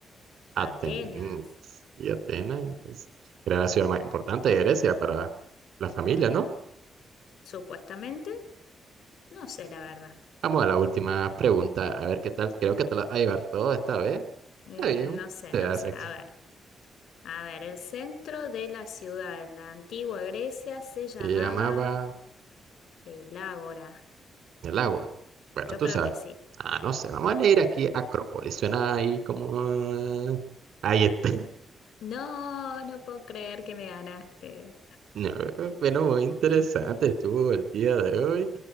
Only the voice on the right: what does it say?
Atenas.
mm, Y Atenas era la ciudad más importante de Grecia para la familia, ¿no?
Vamos a la última pregunta, a ver qué tal. Creo que te la vas a llevar todo esta vez.
Está bien.
Te
hace-
Se llamaba
el Ágora. Bueno,
tú
sabes.
Ah, no sé, vamos a leer aquí Acrópolis. Suena ahí como... ah, Ahí está.
No, bueno, muy interesante estuvo el día de hoy.